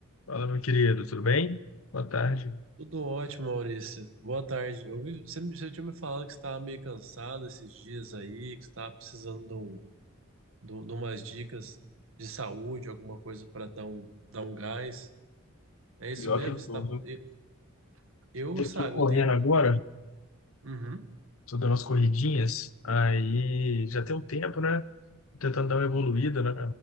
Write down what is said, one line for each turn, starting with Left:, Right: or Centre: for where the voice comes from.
Left: Fala, meu querido, tudo bem? Boa tarde.
Right: Tudo ótimo, Maurício. Boa tarde. Eu vi, você, me- você tinha me falado que você estava meio cansado esses dias aí, que você estava precisando de, um, de, um, de umas dicas de saúde, alguma coisa para dar um, dar um gás. É isso
Left: Pior
Right: mesmo?
Left: que eu
Right: Você
Left: tô,
Right: tá,
Left: viu?
Right: eu, eu,
Left: Eu
Right: sabe,
Left: tô correndo
Right: eu tenho.
Left: agora,
Right: Uhum,
Left: tô dando umas corridinhas, aí já tem um tempo, né? Tentando dar uma evoluída né,